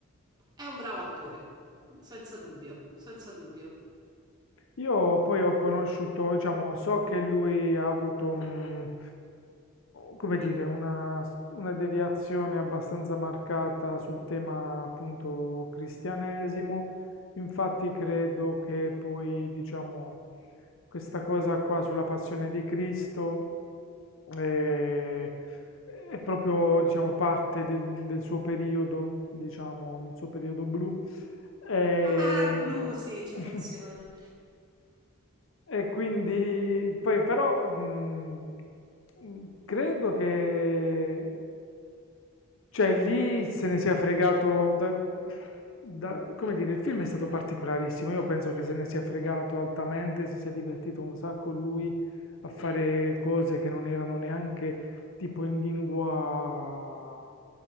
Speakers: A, on the right; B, on the left.
A: è un bravo attore, senza dubbio, senza dubbio.
B: Io poi ho conosciuto, diciamo, so che lui ha avuto un, come dire, una, una deviazione abbastanza marcata sul tema appunto cristianesimo. Infatti credo che poi, diciamo, questa cosa qua sulla passione di Cristo eh, è proprio, diciamo, parte del, del suo periodo, diciamo, del suo periodo blu. E,
A: Ah, blu, sì, citazione.
B: <laughs> e quindi poi però mh, mh, credo che cioè lì se ne sia fregato da- da- come dire, il film è stato particolarissimo. Io penso che se ne sia fregato altamente, si sia divertito un sacco lui a fare cose che non erano neanche tipo in lingua